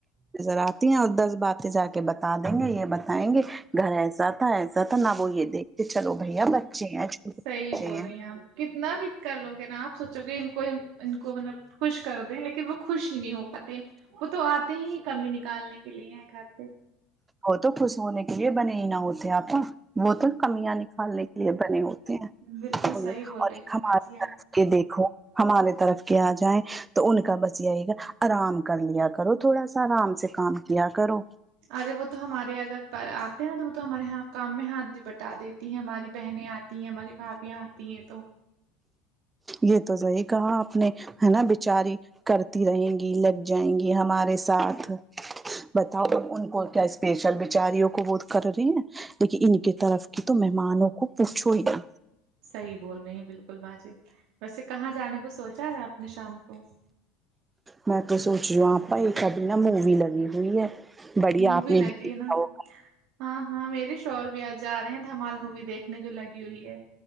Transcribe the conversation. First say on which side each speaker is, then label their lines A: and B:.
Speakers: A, on the right (about 20°); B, on the right (about 65°).
A: نظر آتی ہیں اور دس باتیں جا کے بتا دیں گے یہ بتائیں گے گھر ایسا تھا ایسا نہ وہ یہ دیکھتے چلو بھائی بچے ہے چھوٹے
B: صحیح
A: بچے
B: بول
A: ہے
B: رہی ہیں آپ کتنا بھی کر لو گے نا آپ سوچو گے ان کو ان کو مطلب خوش کر دیں لیکن وہ خوش ہی نہیں ہو پاتے وہ تو آتے ہی کمی نکالنے کے لیے ہے گھر پہ
A: وہ تو خوش ہونے کے لیے بنے ہی نہ ہوتے آپا وہ تو نا کمیاں نکالنے کے لیے بنے ہوتے ہیں
B: بالکل
A: انہیں
B: صحیح بول
A: اور
B: رہی
A: ایک
B: ہیں
A: ہمارے
B: باجی آپ
A: طر کہ دیکھو ہمارے طرف کے آ جائیں تو ان کا بس یہی گا آرام کر لیا کرو تھوڑا سا آرام سے کام کیا کرو
B: ارے وہ تو ہمارے اگر آتے ہیں تو وہ تو ہمارے یہاں کام میں ہاتھ بھی بٹا دیتی ہیں ہماری بہنیں آتی ہیں ہماری بھابیاں آتی ہیں تو
A: یہ تو صحیح کہا آپ نے ہے نا بچاری کرتی رہیں گی لگ جائیں گی ہمارے ساتھ بتاؤ اب ان کو کیا اسپیشل بچاریوں کو وہ <unintelligible> کر رہے ہیں لیکن ان کے طرف کی تو مہمانوں کو پوچھو ہی نا
B: صحیح بول رہی ہیں بالکل باجی ویسے کہاں جانے کو سوچا ہے آپ نے شام کو
A: میں تو سوچ ری یو آپا ایک ابھی نہ مووی لگی ہوئی ہے بڑھیا
B: مووی
A: آپ نے
B: لگ
A: بھی دیکھا
B: نا
A: ہوگا
B: ہاں ہاں میرے شوہر بھی آج جا رہے ہیں دھمال مووی دیکھنےجو لگی ہوئی ہے